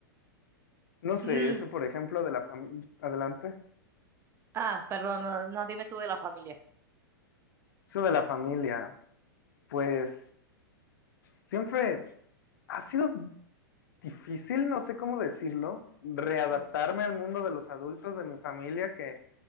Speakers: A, on the left; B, on the right.
A: No sé,
B: Mm,
A: eso por ejemplo de la familia, adelante,
B: Ah, perdón, no, no, dime tú de la familia.
A: eso de la familia, pues siempre ha sido difícil, no sé cómo decirlo, readaptarme
B: Mm,
A: al mundo de los adultos de mi familia, que